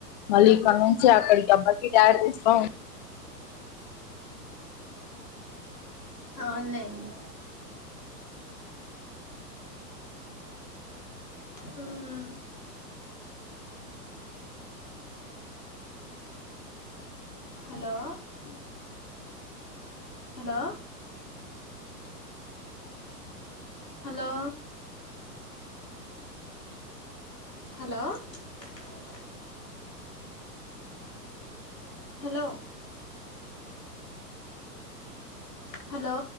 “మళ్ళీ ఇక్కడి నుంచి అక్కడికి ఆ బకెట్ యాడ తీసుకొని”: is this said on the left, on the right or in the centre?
Left